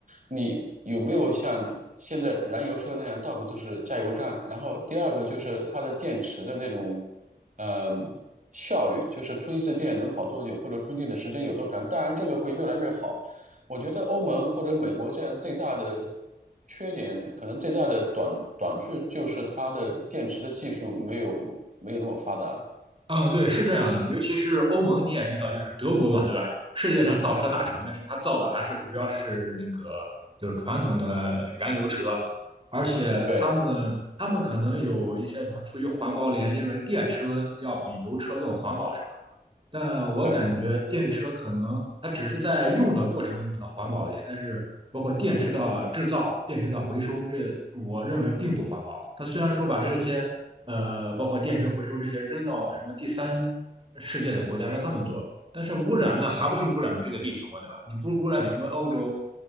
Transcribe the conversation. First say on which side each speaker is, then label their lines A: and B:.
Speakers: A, on the right; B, on the right.
A: 你有没有像现在燃油车那样到处都是加油站，然后第二个就是它的电池的那种，呃，效率，就是充一次电能跑多久，或者充电的时间有多长。当然，这个会越来越好。我觉得欧盟或者美国这样最大的缺点，可能最大的短短处就是它的电池的技术没有没有那么发达。
B: 嗯，对，是这样的，尤其是欧盟，你也知道，就是德国嘛，对吧？世界上造车大厂，但是它造的还是主要是那个就是传统的燃油车，而且他们他们可能有一些什么出于环保理因为电车要比油车更环保，
A: 对
B: 什么。但我感觉电车可能它只是在用的过程中可能环保一点，
A: 对，
B: 但是包括电池的制造、电池的回收，这我认为并不环保。它虽然说把这些呃，包括电池回收这些扔到什么第三世界的国家让他们做，但是污染那还不是污染这个地球嘛，对吧？你不污染你们欧洲，